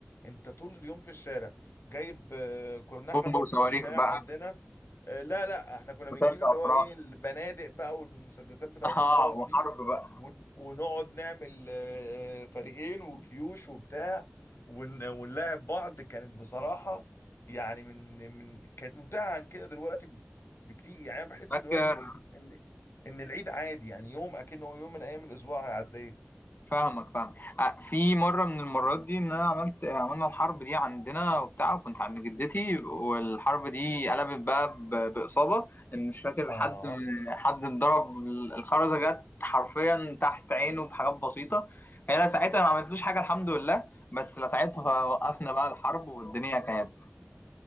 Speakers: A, on the left; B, on the left.
A: انت طول اليوم في الشارع جايب آه، كنا احنا
B: بومب
A: برضو
B: وصواريخ
A: في الشارع
B: بقى
A: عندنا آه، لا لا احنا كنا بنجيب
B: وترجع
A: اللي
B: أفراح
A: هو ايه البنادق بقى والمسدسات
B: <laughs>
A: بتاعت
B: اه
A: الخرز
B: وحرب
A: دي
B: بقى
A: ون- ونقعد نعمل آه، فريقين وجيوش وبتاع ون- ونلاعب بعض كانت بصراحة يعني من من كانت ممتعة عن كده دلوقتي ب- بكتير يعني انا بحس
B: فاكر
A: دلوقتي ان ان العيد عادي يعني يوم اكنه يوم من ايام الاسبوع العادية
B: فاهمك فاهم آه، في مره من المرات دي ان انا عملت عملنا الحرب دي عندنا وبتاع وكنت عند جدتي والحرب دي قلبت بقى ب- باصابه ان مش فاكر
A: اه
B: حد حد اتضرب الخرزه جت حرفيا تحت عينه بحاجات بسيطه هي لا ساعتها ما عملتلوش حاجه الحمد لله بس لا ساعتها وقفنا بقى الحرب والدنيا كانت